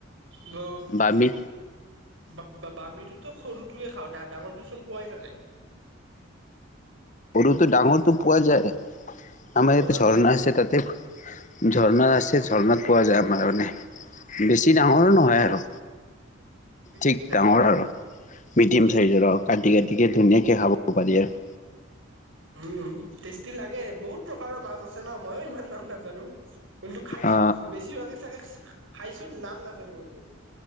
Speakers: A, on the right (about 70°); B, on the left (about 35°).
A: ব বু
B: বামি
A: বু বা-বামিটোতো সৰুটোৱে খাওঁ, ডা-ডাঙৰটো চোন পোৱাই নাযায়।
B: সৰুটো ডাঙৰটো পোৱা যায়, আমাৰ
A: বজাৰত
B: ইয়াতে ঝৰ্ণা
A: পাই নেকি
B: আছে তাতে। তে ঝৰ্ণাত আছে, ঝৰ্ণাত পোৱা যায় আমাৰ মানে। বেছি ডাঙৰো নহয় আৰু।
A: মিডিয়াম
B: ঠিক
A: চাইজৰ
B: ডাঙৰ আৰু, মিডিয়াম চাইজৰ আৰু কাটি কাটিকে ধুনীয়াকে খাব পাৰি আৰু।
A: উম, টেষ্টি লাগে, বহুত প্ৰকাৰৰ মাছ আছে ন ময়ো ইমান নাম নাজানো। কিন্তু খাইছো,
B: অ
A: বেছিভাগে চাগে খাইছো, নাম নাজানো কিন্তু।